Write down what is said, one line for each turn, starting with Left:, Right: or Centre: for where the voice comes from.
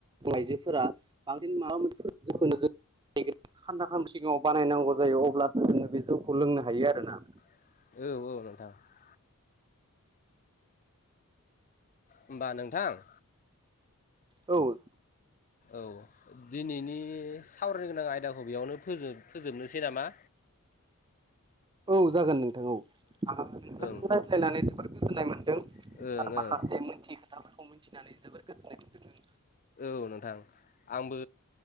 Right: आइजोफोरा बांसिन माबा मोनसेफोर जिखौ नो जा <unintelligible> सिगाङाव बानायनांगौ जायो अब्लासो जोङो बे जौखौ लोंनो हायो आरोना।
Left: औ औ नोंथां। होमबा नोंथां।
Right: औ
Left: औ दिनैनि सावरायनो गोनां आयदाखौ बेयावनो फोजोबनोसै नामा?
Right: औ जागोन नोंथां औ आं
Left: ओं
Right: नोंथां रायज्लायनानै जोबोर गोजोननाय मोनदों
Left: ओं ओं
Right: आरो माखासे मोनथियै खोथाफोरखौ मिथिनानै जोबोर गोजोननाय मोनदों।
Left: औ नोंथां आंबो